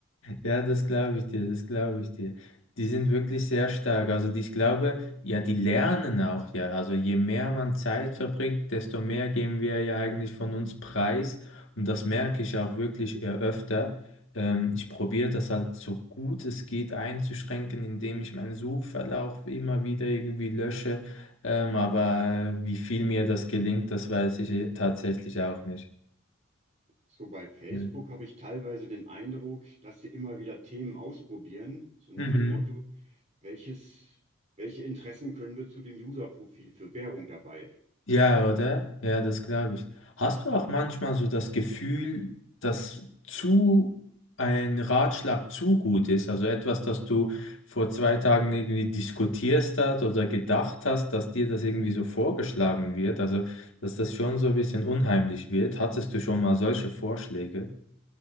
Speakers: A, on the left; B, on the right.
A: Ja, das glaube ich dir, das glaube ich dir. Die sind wirklich sehr stark. Also die- ich glaube, ja, die lernen auch ja. Also je mehr man Zeit verbringt, desto mehr geben wir ja eigentlich von uns preis. Und das merke ich auch wirklich eher öfter. Ähm, ich probiere das halt so gut es geht einzuschränken, indem ich meinen Suchverlauf immer wieder irgendwie lösche. Ähm, aber äh, wie viel mir das gelingt, das weiß ich eh tatsächlich auch nicht.
B: So bei Facebook
A: Ja.
B: habe ich teilweise den Eindruck, dass sie immer wieder Themen ausprobieren, so nach
A: Mhm.
B: dem Motto, welches, welche Interessen können wir zu dem User-Profil für Werbung dabei?
A: Ja, oder? Ja, das glaube ich. Hast du auch manchmal so das Gefühl, dass zu ein Ratschlag zu gut ist? Also etwas, das du vor zwei Tagen irgendwie diskutierst hast oder gedacht hast, dass dir das irgendwie so vorgeschlagen wird? Also, dass das schon so ein bisschen unheimlich wird. Hattest du schon mal solche Vorschläge?